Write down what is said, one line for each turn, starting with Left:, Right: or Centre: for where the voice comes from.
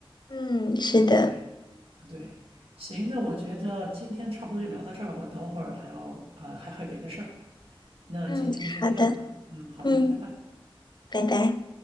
Left: 嗯，是的，
Right: 对，对，行，那我觉得今天差不多就聊到这儿吧，我等会儿还要，呃，还还有别的事儿，那今天就先这样吧。
Left: 嗯，好的，
Right: 嗯，好的，
Left: 嗯，
Right: 拜拜。
Left: 拜拜。